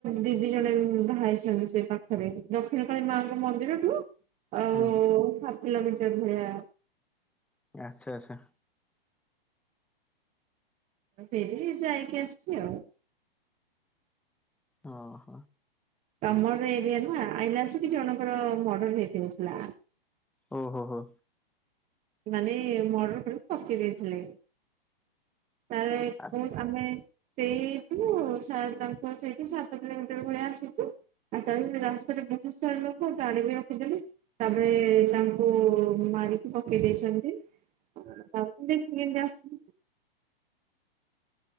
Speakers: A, on the right; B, in the centre.
A: ଦିଦି ଜଣେ ଏବେ ବାହା ହେଇଛନ୍ତି ସେ ପାଖରେ ଦକ୍ଷିଣକାଳୀ ମାଆଙ୍କ ମନ୍ଦିରଠୁ ଆଉ
B: ହୁଁ
A: ହାପ୍ କିଲୋମିଟର୍ ଭଳିଆ
B: ଆଚ୍ଛା ଆଚ୍ଛା।
A: ସେଇଠିକି ଯାଇକି ଆସଛି ଆଉ
B: ଅହ
A: ତମର ଏରିଆ ନା ଆଇଲାସି କି ଜଣଙ୍କର ମଡ଼ର ହେଇ <unintelligible> ଥିଲା।
B: ଓ ହୋ ହୋ।
A: ମାନେ ମର୍ଡର୍ କରିକି ପକେଇ ଦେଇଥିଲେ ତାରେ
B: ଆଚ୍ଛା।
A: ପୁଣ୍ ଆମେ ସେଇଠୁ ସାର୍ ତାଙ୍କ ସେଇଠୁ ସାତ କିଲୋମିଟର ଭଳିଆ ଆସିଚୁ। ଆଉ ତା <unintelligible> ରାସ୍ତାରେ ବହୁତ୍ ସାରା ଲୋକ ଗାଡି ବି ରଖିଦେଲେ। ତାପରେ ତାଙ୍କୁ ମାରିକି ପକ୍ କେଇ ଦେଇଛନ୍ତି ତାଙ୍କୁ <unintelligible>